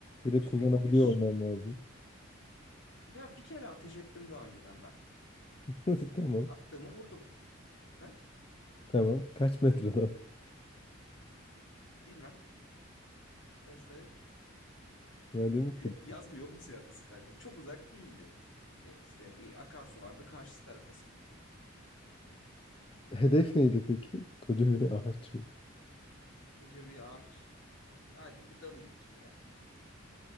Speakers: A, on the left; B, on the left.
A: Bir de
B: tüfektir.
A: kullanabiliyor olman lazım.
B: Ya bir kere ateş ettim daha önceden ben.
A: <laughs> Tamam.
B: Attığımı vurdum. Ha?
A: Tamam. Kaç metreden?
B: Bilmem. Ölçmedim ki.
A: Ben dedim
B: <laughs>
A: ki
B: Yazmıyor oğlum silahta sıkarken. Çok uzak değildi. Ne işte bir akarsu vardı. Karşı tarafa
A: hedef neydi peki? Koca bir ağaç
B: sıkıca bir ağaç. Ağacın bir dalıydı işte.